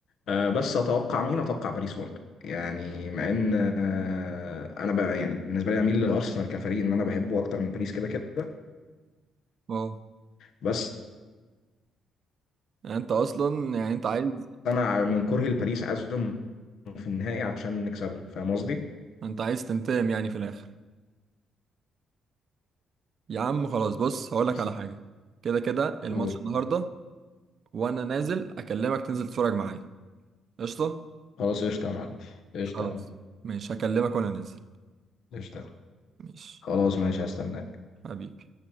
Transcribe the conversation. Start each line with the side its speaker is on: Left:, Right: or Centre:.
Left: آه، بس اتوقع مين اتوقع باريس برضه يعني مع ان آه، انا بقى يعني بالنسبه لي اميل لارسنال كفريق ان انا بحبه اكتر من باريس كده كده
Right: اه
Left: بس
Right: يعني انت اصلا يعني انت عايز
Left: انا من كرهي لباريس عايزهم في النهائي عشان نكسبهم فاهم قصدي؟
Right: انت عايز تنتقم يعني في الاخر يا عم خلاص بص هقولك
Left: ماشي
Right: على حاجه كده كده الماتش
Left: قول
Right: النهارده وانا نازل اكلمك تنزل تتفرج معايا قشطه
Left: خلاص قشطه يا معلم قشطه
Right: خلاص
Left: يا عم،
Right: ماشي هكلمك وانا نازل
Left: قشطه
Right: ماشي
Left: خلاص ماشي هستنى
Right: حبيبي